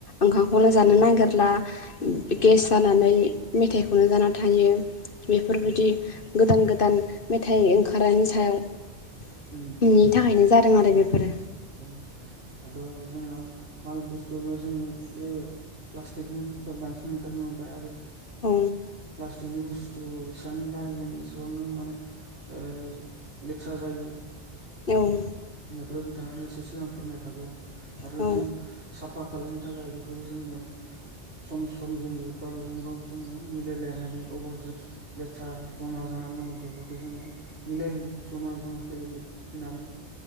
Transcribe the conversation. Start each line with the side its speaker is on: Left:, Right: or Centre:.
Left: ओंखामखौनो जानो
Right: औ
Left: नागिरला
Right: औ
Left: गेस जानानै मेथाइखौनो जाना थायो बेफोरबायदि
Right: औ
Left: गोदान गो दान मेथाइ ओंखारनायनि सायाव
Right: उम
Left: नि थाखायनो जादों आरो बेफोरो
Right: ओ आर' जोंङो माल बु स्तु जोंङो ओ प्लास्टिकनि बस्तुआ बांसिन ओंखारनो हमबाय आरो
Left: औ
Right: प्लास्टिकनि बुस्थु एसेबांनो बाहायगोन एसेबांनो माने ओ लेथ्रा जायो।
Left: एव
Right: बेखौनो बिथाङानो एसे सिगां फोरमाय खाबाय आरो
Left: औ
Right: जों साफा खालायनो थाखाय बेखौ जोङो सम सम जोङो गावजों गाव जोङो मिलाय लायनानै अबाव जो लेथ्रा जमा जानानै बेफोरखौ जोङो मिलाय जमा जमा फैल फैनानै